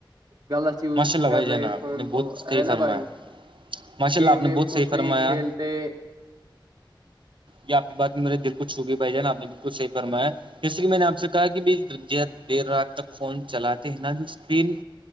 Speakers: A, on the right (about 50°); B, on the right (about 75°).
A: غلط یوز
B: ماشاء اللہ
A: کر
B: بھائی جان
A: رہے
B: آپ
A: فون
B: نے بہت
A: کو
B: صحیح
A: ہے
B: فرمایا
A: نا بھائی-
B: ماشاء
A: گیم
B: اللہ آپ نے
A: ویم
B: بہت صحیح
A: کچھ
B: فرمایا
A: نہیں کھیلتے-
B: یہ آ کی بات میں میرے دل کچھکی بھائی جان آپ نے بالکل صی فرایا- میں نے اپ سے کہا کہ بھی رات تک فون چلاتے ہیں نا سپین-